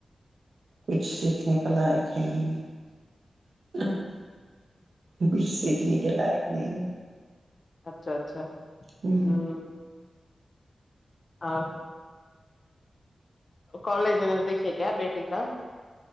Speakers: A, on the right; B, on the left.
A: کچھ سیکھنے کا لائق ہے ہی نہیں
B: ہ
A: کچھ سیکھنے کے لائق نہیں ہے
B: اچھا اچھا
A: ہوں
B: ھمم اور کالج د دیکھیے کیا بیٹ <unintelligible> ٹھیکا